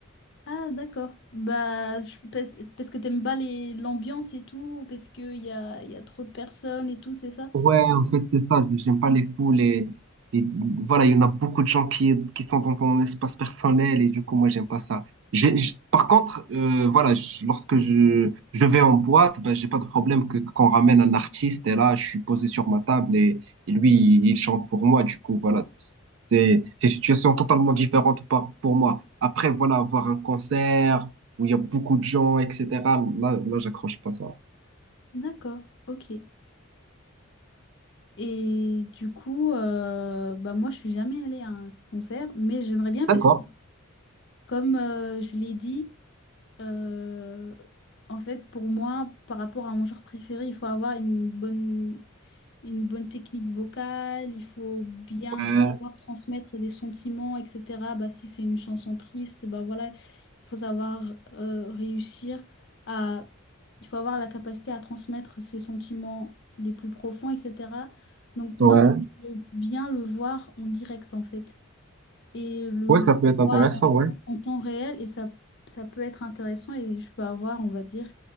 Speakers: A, on the left (about 55°); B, on the right (about 60°).
A: Ah, d'accord. Bah, je- parce, parce que t'aimes pas les, l'ambiance et tout, parce qu'il y a, y a trop de personnes et tout, c'est ça?
B: Ouais, en fait, c'est ça. J'aime pas les fous, les, les- Voilà, il y en a beaucoup de gens qui, qui sont dans ton espace personnel et du coup, moi, j'aime pas ça. J'ai- j'- Par contre, euh, voilà, je- lorsque je, je vais en boîte, ben, j'ai pas de problème que qu'on ramène un artiste et là, je suis posé sur ma table et, et lui, il, il chante pour moi. Du coup, voilà, c'est c'est une situation totalement différente par, pour moi. Après, voilà, avoir un concert où il y a beaucoup de gens, etc. Là, là, j'accroche pas ça.
A: D'accord, ok. Et du coup, euh, bah moi je suis jamais allée à un concert, mais j'aimerais bien
B: D'accord.
A: parce que Comme euh, je l'ai dit, euh, en fait, pour moi, par rapport à mon genre préféré, il faut avoir une bonne, une bonne technique vocale, il faut bien
B: Ouais,
A: savoir transmettre des sentiments, etc. Bah, si c'est une chanson triste, bah voilà, il faut savoir euh, réussir à... Il faut avoir la capacité à transmettre ses sentiments les plus profonds, etc. Donc moi,
B: ouais.
A: ça, je veux bien le voir en direct, en fait et le
B: Ouais, ça peut être intéressant,
A: voir en,
B: ouais.
A: en- en temps réel et ça, ça peut être intéressant et je peux avoir, on va dire,